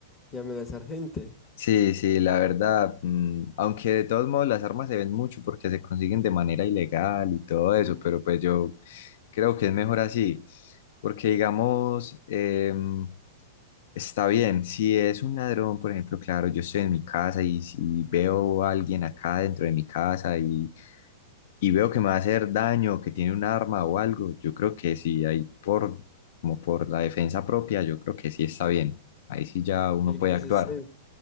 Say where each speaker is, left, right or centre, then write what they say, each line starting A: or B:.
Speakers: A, on the left (about 20°); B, on the left (about 60°).
A: y a amenazar gente.
B: Sí, sí, la verdad, mm, aunque de todos modos las armas se ven mucho porque se consiguen de manera ilegal y todo eso,
A: Mm.
B: pero pues yo creo que es mejor así, porque digamos, em, está bien, si es un ladrón, por ejemplo, claro, yo estoy en mi casa y si veo a alguien acá dentro de mi casa y, y veo que me va a hacer daño, que tiene un arma o algo, yo creo que sí, ahí por, como por la defensa propia, yo creo que sí está bien, ahí sí ya uno
A: Y
B: puede
A: pues
B: actuar.
A: ese.